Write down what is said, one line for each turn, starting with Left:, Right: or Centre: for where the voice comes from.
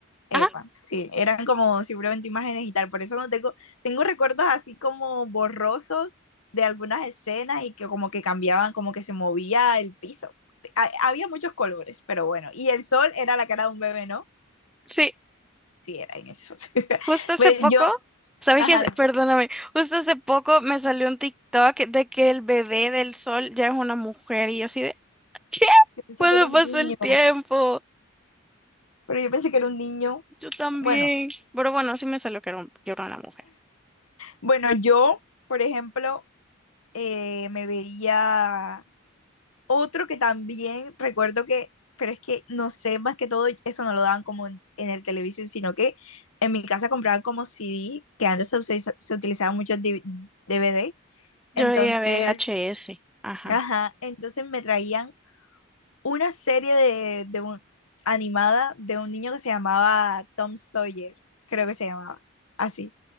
Left: Epa,
Centre: Ah,
Left: sí, eran como simplemente imágenes y tal, por eso no tengo, tengo recuerdos así como borrosos de algunas escenas y que como que cambiaban, como que se movía el piso. Ha- había muchos colores, pero bueno, y el sol era la cara de un bebé, ¿no?
Centre: sí,
Left: Sí, era en eso. <laughs>
Centre: justo hace
Left: Pero
Centre: poco,
Left: yo,
Centre: ¿sabes
Left: ajá,
Centre: qué? es?
Left: dime,
Centre: Perdóname, justo hace poco me salió un TikTok de que el bebé del sol ya es una mujer y yo así de, ¿qué?
Left: yo pensé
Centre: ¿Cuándo
Left: que era un
Centre: pasó
Left: niño,
Centre: el tiempo?
Left: pero yo pensé que era un niño.
Centre: Yo también.
Left: Bueno,
Centre: Pero bueno, sí me salió que era, un- que era una mujer.
Left: bueno, yo, por ejemplo, eh, me veía Otro que también recuerdo que, pero es que no sé, más que todo eso no lo daban como en, en el televisión, sino que en mi casa compraban como c d que antes se, utiliza- se utilizaban muchos d v d
Centre: Yo
Left: Entonces,
Centre: veía VHS, ajá.
Left: ajá, entonces me traían una serie de, de un, animada de un niño que se llamaba Tom Sawyer, creo que se llamaba así,